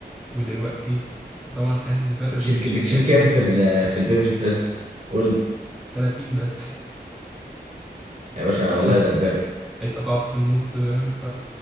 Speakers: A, in the centre; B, on the right.
A: ودلوقتي طبعا حاسس بفرق
B: بتشيل
A: في الشيب
B: ك- بتشيل
A: يعني
B: كام
A: عموما
B: في ال في البنش بريس قول لي
A: 30 بس <laughs>
B: يا باشا
A: عشان
B: والله يا دباب
A: اتقطعت في النص فاهم ف